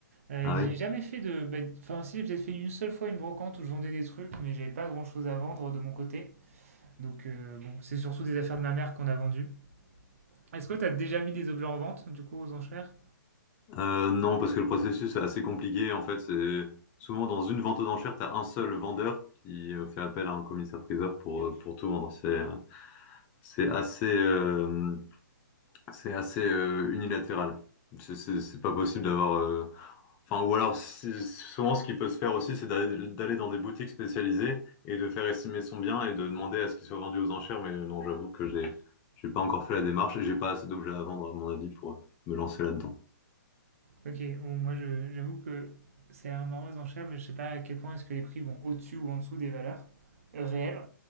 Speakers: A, on the right; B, on the left.
A: Euh,
B: Ah
A: j'ai
B: oui.
A: jamais fait de. bah, Enfin, si, j'ai peut-être fait une seule fois une brocante où je vendais des trucs, mais j'avais pas grand-chose à vendre de mon côté. Donc, euh, bon, c'est surtout des affaires de ma mère qu'on a vendues. Est-ce que t'as déjà mis des objets en vente, du coup, aux enchères?
B: Euh, non, parce que le processus est assez compliqué. En fait, c'est souvent dans une vente aux enchères, tu as un seul vendeur qui euh, fait appel à un commissaire-priseur pour, euh, pour tout vendre. C'est euh, c'est assez, euh, c'est assez euh, unilatéral. C'est c'est- c'est pas possible d'avoir. euh, Enfin, ou alors, si- souvent, ce qui peut se faire aussi, c'est d'aller d'aller dans des boutiques spécialisées et de faire estimer son bien et de demander à ce qu'il soit vendu aux enchères. Mais non, j'avoue que j'ai j'ai pas encore fait la démarche et j'ai pas assez d'objets à vendre, à mon avis, pour euh, me lancer là-dedans.
A: Ok, bon, moi je- j'avoue que ça a l'air marrant les enchères, mais je sais pas à quel point est-ce que les prix vont au-dessus ou en dessous des valeurs euh, réelles.